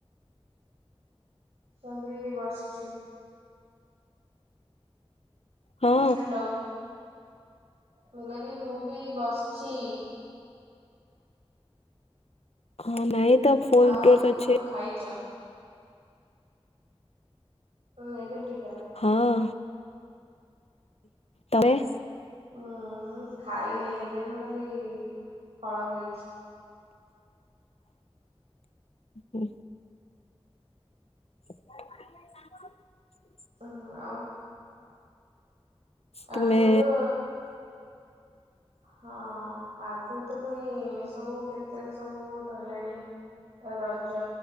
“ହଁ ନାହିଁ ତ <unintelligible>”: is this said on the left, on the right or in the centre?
Left